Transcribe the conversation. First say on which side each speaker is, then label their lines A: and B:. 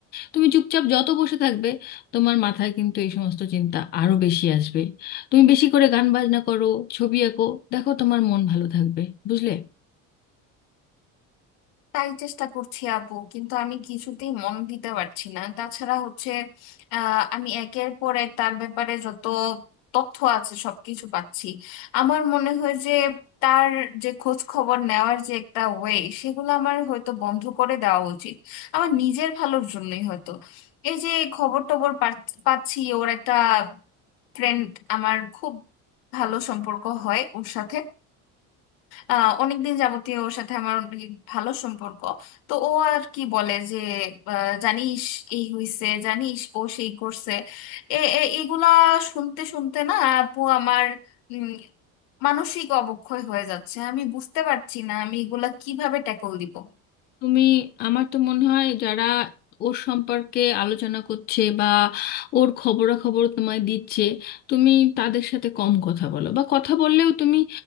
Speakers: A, on the left; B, on the left.
A: তুমি চুপচাপ যত বসে থাকবে তোমার মাথায় কিন্তু এই সমস্ত চিন্তা আরো বেশি আসবে তুমি বেশি করে গান বাজনা করো ছবি আঁকো দেখো তোমার মন ভালো থাকবে বুঝলে
B: তাই চেষ্টা করছি আপু কিন্তু আমি কিছুতেই মন দিতে পারছি না তাছাড়া হচ্ছে আহ, আমি একের পর এক তার ব্যাপারে যত তথ্য আছে সবকিছু পাচ্ছি আমার মনে হয় যে তার যে খোঁজ খবর নেওয়ার যে একটা ওয়ে সেগুলো আমার হয়তো বন্ধ করে দেওয়া উচিত আমার নিজের ভালোর জন্যই হয়তো এই যে খবর টবর পাচ- পাচ্ছি ওর একটা ফ্রেন্ড আমার খুব ভালো সম্পর্ক হয় ওর সাথে আহ অনেকদিন যাবতীয় ওর সাথে আমার অনেক ভালো সম্পর্ক তো ও আর কি বলে যে আহ, জানিস এই হইছে জানিস ও সেই করছে এ এ- এগুলা শুনতে শুনতে না আপু আমার উম, মানসিক অবক্ষয় হয়ে যাচ্ছে আমি বুঝতে পারছি না আমি এগুলা কিভাবে ট্যাকল দিব
A: তুমি আমার তো মনে হয় যারা ওর সম্পর্কে আলোচনা করছে বা ওর খবরাখবর তোমায় দিচ্ছে তুমি তাদের সাথে কম কথা বলো বা কথা বললেও তুমি